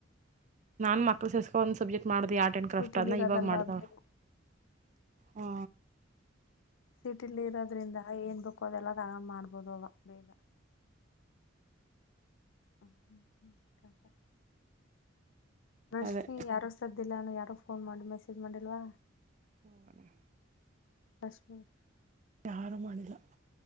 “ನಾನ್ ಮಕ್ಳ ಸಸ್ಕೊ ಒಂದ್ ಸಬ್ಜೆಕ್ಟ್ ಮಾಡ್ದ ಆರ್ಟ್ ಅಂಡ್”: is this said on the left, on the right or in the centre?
Right